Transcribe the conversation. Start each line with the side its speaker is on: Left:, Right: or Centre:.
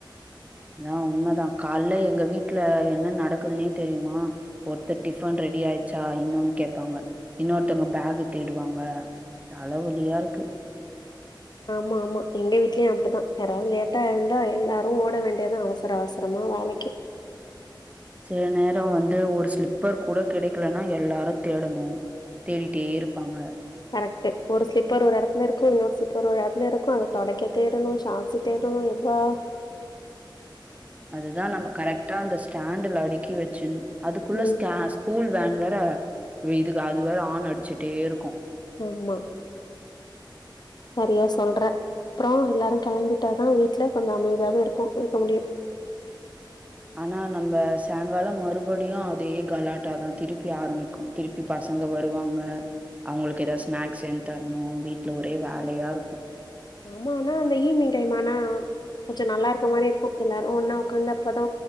Right: அதா உண்மதா கால்ல எங்க வீட்டுலா என்ன நடக்குதுனே தெரியுமா ஒருத்தர் டிஃபன் ரெடி ஆயிச்சா இன்னொன்னு கேப்பாங்க இன்னொருத்தவங்க பேகு தீடுவாங்க தல வழியா இருக்கு
Left: ஆமா ஆமா எங்க வீட்டுலயூ அப்டித்தா யாராவ்து லேட்டா எழுந்தா எல்லாரு ஓட வேண்டியதா அவசர அவசரமா வேலைக்கி
Right: சில நேரோ வந்து ஒரு ஸ்லிப்பர் கூட கெடைக்கலனா எல்லாரு தேடணு தேடிட்டே இருப்பாங்க
Left: கரெக்ட்டு ஒரு ஸ்லிப்பர் ஒரு எடத்துல இருக்கு இன்னொரு ஸ்லிப்பர் ஒரு எடத்துல இருக்கு அத தொடைக்க தேடணு ஷாக்ஸ் தேடணு இதா
Right: அதுதா நம்ப கரெக்ட்டா அந்த ஸ்டாண்டுல அடுக்கி வெச்சிணு அதுக்குள்ள
Left: ம்
Right: ஸ்கே கூல் வேன் வேற வி இதுக்கு அது வேற ஆன் அடிச்சிட்டே இருக்கு
Left: ஆமா நறையா சொல்ற அப்பறோ எல்லாரு கெளம்பீட்டாதா வீட்டுல கொஞ்சோ அமைதியாவே இருப்போ இருக்க முடியு
Right: அனா நம்ப சாய்ங்காலோ மறுபடியு அதே கலாட்டாதா திருப்பி ஆரம்மிக்கு திருப்பி பசங்க வருவாங்க அவங்களுக்கு எதாவ் ஸ்நாக்ஸ் சென் தர்ணு வீட்ல ஒரே வேலையா இருக்கு
Left: ஆமா அனா அந்த ஈவ்னிங் டைம் ஆனா கொஞ்சோ நல்லா இருக்க மாரி இருக்கு எல்லாரு ஒன்னா ஒக்காந்தப்பதா